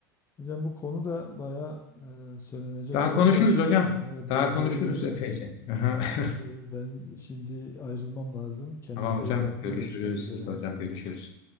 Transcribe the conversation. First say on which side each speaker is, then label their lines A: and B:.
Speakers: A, on the left; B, on the left.
A: Hocam bu konuda bayağı e, söylenecek
B: Daha
A: söz
B: konuşuruz
A: var.
B: hocam.
A: Evet,
B: Daha
A: do-
B: konuşuruz
A: doluyuz.
B: epeyce. Aha. <laughs>
A: Ee, Ben şimdi ayrılmam lazım. Kendinize
B: Tamam hocam.
A: iyi bakın.
B: Görüşürüz.
A: Görüşmek üzere.
B: Siz de hocam görüşürüz.